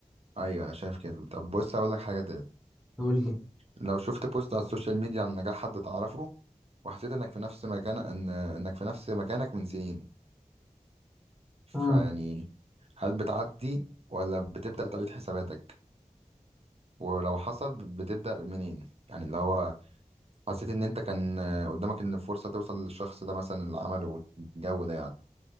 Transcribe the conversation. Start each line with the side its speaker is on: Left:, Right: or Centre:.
Right: ايوه انا شايف كده طب بص هقول لك حاجه تاني
Centre: قول لي
Right: لو شفت بوست على السوشيال ميديا عن نجاح حد تعرفه وحسيت انك في نفس مكان ان انك في نفس مكانك من سنين فيعني
Centre: اه
Right: هل بتعدي ولا بتبدأ تعيد حساباتك ولو حصل بتبدأ منين يعني اللي هو حسيت ان انت كان قدامك ان فرصة توصل للشخص ده مثلا اللي عمله الجو ده يعني